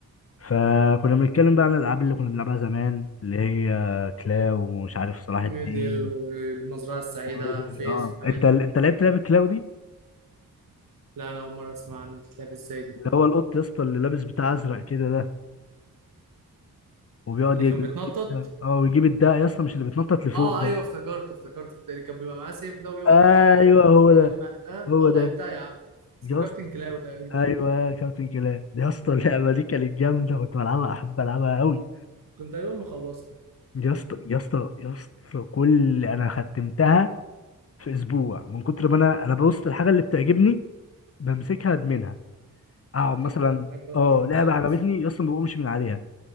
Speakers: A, on the left; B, on the right.
A: فكنا بنتكلم بقى عن الالعاب اللي كنا بنلعبها زمان اللي هي كلاو ومش عارف صلاح الدين
B: ميدل والمزرعة السعيدة
A: ورودي.
B: على الفيس
A: اه
B: والحاجات
A: انت
B: دي
A: انت لعبت لعبه كلاو دي
B: لا أنا أول مرة أسمع عنها بتتلعب إزاي دي
A: اللي هو القط يا اسطى اللي لابس بتاع ازرق كده ده وبيقعد
B: اللي
A: يجري
B: كان بيتنطط
A: ويجيب الدق- اه ويجيب الدق يا اسطى مش اللي بيتنطط لفوق
B: اه
A: ده
B: ايوه افتكرته افتكرته اللي كان بيبقى معاه سيف ده ويقعد
A: ايوه
B: يخبط في الكاس
A: هو
B: ويجمع
A: ده
B: الدهب
A: هو
B: اه لعبتها
A: ده
B: يا عم
A: يا
B: اسمه كابتن
A: اسطى
B: كلاو تقريبا
A: ايوه كابتن كلاب يا اسطى اللعبه دي كانت جامده كنت بلعبها احب العبها قوي
B: كنت تقريبا مخلصها
A: يا اسطى يا اسطى يا اسطى كل انا ختمتها في اسبوع من كتر ما انا انا ببص الحاجه اللي بتعجبني بمسكها ادمنها اقعد مثلا
B: تفضل معاك بقى
A: اه
B: لغاية لما
A: لعبه
B: تخلصها
A: عجبتني يا اسطى ما بقومش من عليها